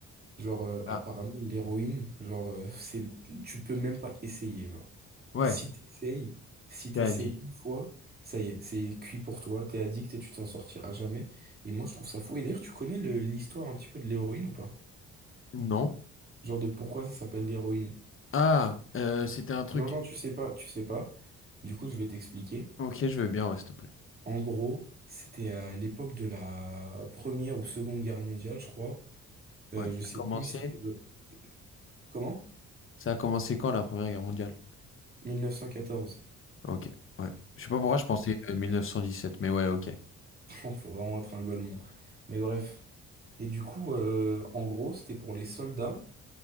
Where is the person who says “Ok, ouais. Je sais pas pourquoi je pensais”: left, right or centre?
Left